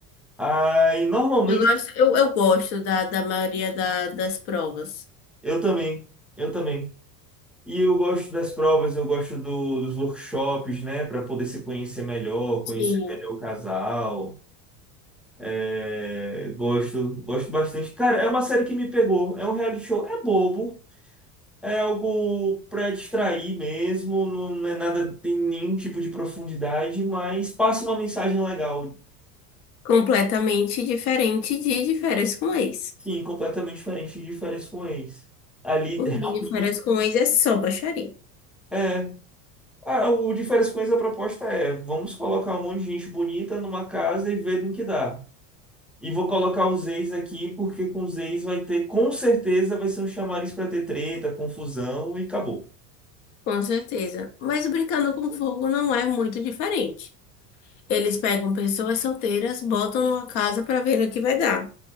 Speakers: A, in the centre; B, on the left.
A: Aí, normalmente,
B: Eu gosto, eu, eu gosto da, da maioria da- das provas.
A: eu também. Eu também. E eu gosto das provas, eu gosto do- dos workshops, né? Para poder se conhecer melhor, conhecer
B: Sim.
A: melhor o casal. É, gosto, gosto bastante. Cara, é uma série que me pegou. É um reality show. É bobo. É algo para distrair mesmo, não não é nada, tem nenhum tipo de profundidade, mas passa uma mensagem legal.
B: Completamente diferente de de férias com ex.
A: Sim, completamente diferente de Férias com Ex. Ali,
B: Porque
A: realmente,
B: de férias com ex é só baixaria.
A: é. Ah, o de Férias com Ex, a proposta é: vamos colocar um monte de gente bonita numa casa e ver no que dá. E vou colocar os ex aqui, porque com os ex vai ter, com certeza, vai ser um chamariz para ter treta, confusão e acabou.
B: Com certeza. Mas brincando com fogo não é muito diferente. Eles pegam pessoas solteiras, botam numa casa para ver no que vai dar.